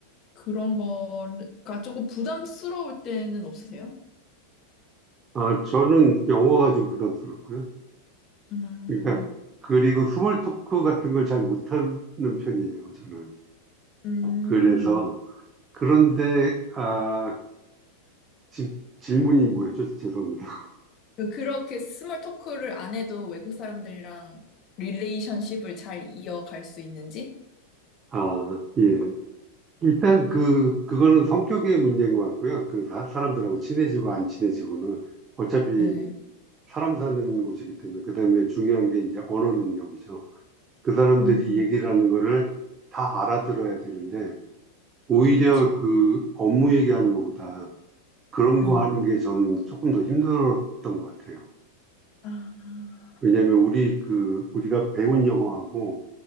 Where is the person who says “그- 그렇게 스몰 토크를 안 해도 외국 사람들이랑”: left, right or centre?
Left